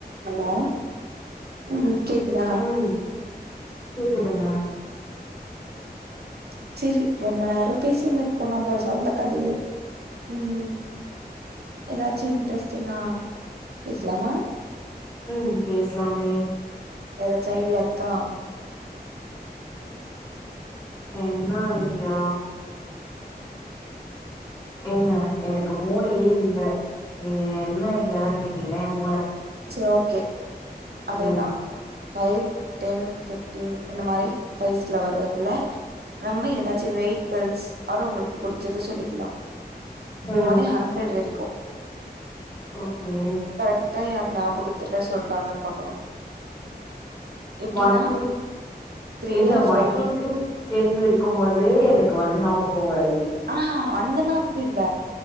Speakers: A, on the right; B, on the left.
A: Hello ம் கேக் குதா?
B: ம் கேக்குதுங்க.
A: ம் செரி ரொம்ப நேரோ பேசினு இருக்கோ நம்ப சொந்த கதையே ம் ஏதாச்சு இன்ட்ரெஸ்ட்டிங்கா பேசலாமா?
B: ம் பேசலாமே.
A: எதாச்சு ஐடியா இருக்கா?
B: என்ன ஐடியா? ஏங்க எனக்கு மூளையே இல்ல நீங்க என்ன ஐடியால்லா கேட்டீங்கன்னா ஏன்
A: சேரி ஓகே அதுதா
B: ம்
A: ஃபைவ் டென் ஃபிஃப் ட்டீன் இந்த மாரி ஃபைவ்ஸ்ல வர்றதுல நம்ம ஏதாச்சு வெஹிக்கல்ஸ் அது உங்களுக்கு புடிச்சத சொல்லிக்கலா. இந்த
B: ம்
A: மாரி ஹண்ட்ரட் வரைக்கு
B: ஓகே
A: கரெக்டா யார் ஞாபகத்துல சொல்றாங்கன்னு பாக்கணு எப்டின்னா
B: ஒன் டூ
A: த்ரீல
B: இல்ல
A: five
B: one two three ten இருக்கும்போதே எனக்கு வந்து ஞா பகோ மற
A: ஆ ஹா அந்த ஞாபகோ இல்ல